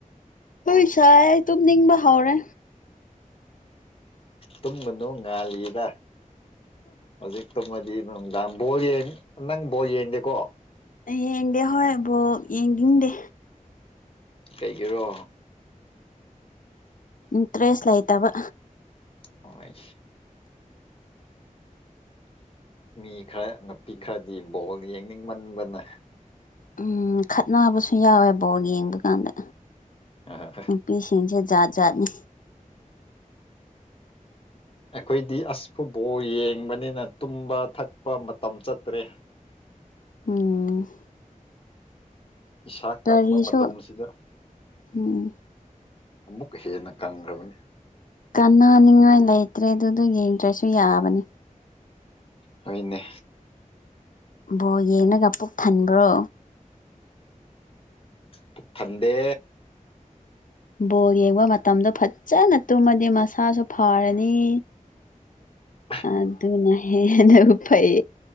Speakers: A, on the left (about 75°); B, on the left (about 40°).
A: ꯅ‌ꯣꯏꯁ꯭ꯋꯥꯏ ꯑꯩ ꯇꯨꯝ ꯅꯤꯡꯕ ꯍꯧꯔꯦ
B: ꯇꯨꯝꯒꯅꯨ ꯉꯥꯜꯂꯤꯗ ꯍꯧꯖꯤꯛ ꯇꯨꯝꯃꯗꯤ ꯅꯨꯡꯗꯥꯡ ꯕꯣꯜ ꯌꯦꯡ ꯅꯪ ꯕꯣꯜ ꯌꯦꯡꯗꯦꯀꯣ
A: ꯍꯌꯦꯡꯗꯤ ꯍꯣꯏ ꯕꯣꯜ ꯌꯦꯡꯗꯤꯡꯗꯦ
B: ꯀꯩꯒꯤꯔꯣ
A: ꯏꯟꯇ꯭ꯔꯦꯁ ꯂꯩꯇꯕ
B: ꯑꯣꯏꯁ ꯃꯤ ꯈꯔ ꯅꯨꯄꯤ ꯈꯔꯗꯤ ꯕꯣꯜ ꯌꯦꯡꯅꯤꯡꯃꯟꯕꯅ
A: ꯎꯝ ꯈꯠꯅꯕꯁꯨ ꯌꯥꯎꯋꯦ ꯕꯣꯜ ꯌꯦꯡꯕ ꯀꯥꯟꯗ
B: ꯑ <unintelligible>
A: ꯅꯨꯄꯤꯁꯤꯡꯁꯦ ꯖꯥꯠ ꯖꯥꯠꯅꯤ
B: ꯑꯩꯈꯣꯏꯗꯤ ꯑꯁ ꯐꯨꯠꯕꯣꯜ ꯌꯦꯡꯕꯅꯤꯅ ꯇꯨꯝꯕ ꯊꯛꯄ ꯃꯇꯝ ꯆꯠꯇ꯭ꯔꯦ
A: ꯎꯝ
B: ꯏꯁꯥ ꯀꯪꯕ
A: ꯀꯔꯤꯁꯨ
B: ꯃꯇꯝꯁꯤꯗ
A: ꯎꯝ
B: ꯑꯃꯨꯛꯀ ꯍꯦꯟꯅ ꯀꯪꯈ꯭ꯔꯕꯅꯤ
A: ꯀꯅꯥꯅꯤꯡꯉꯥꯏ ꯂꯩꯇ꯭ꯔꯦ ꯑꯗꯨꯗꯨꯒꯤ ꯏꯟꯇ꯭ꯔ‌ꯦꯁꯁꯨ ꯌꯥꯕꯅꯤ
B: ꯍ‌ꯣꯏꯅꯦ
A: ꯕꯣꯜ ꯌꯦꯡꯂꯒ ꯄꯨꯛ ꯊꯟꯕ꯭ꯔꯣ
B: ꯄꯨꯛ ꯊꯟꯗꯦ
A: ꯕꯣꯜ ꯌꯦꯡꯕ ꯃꯇꯝꯗ ꯐꯖꯅ ꯇꯨꯝꯃꯗꯤ ꯃꯁꯥꯁꯨ ꯐꯔꯅꯤ
B: <unintelligible>
A: ꯑꯗꯨ‌ꯅ‌ꯦ ꯑꯗꯨ ꯐꯩ